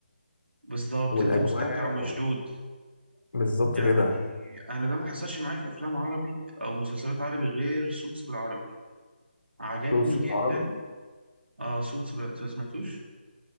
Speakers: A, on the right; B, on the left.
A: بالظبط
B: والاجواء
A: أنت مستمتع ومشدود
B: و... بالظبط
A: يعني
B: كده
A: أنا ده ما حصلش معايا في أفلام عربي أو مسلسلات عربي غير سوتس بالعربي عجبني
B: فلوس العربي
A: جدا آه سوتس بال... أنت ما سمعتوش؟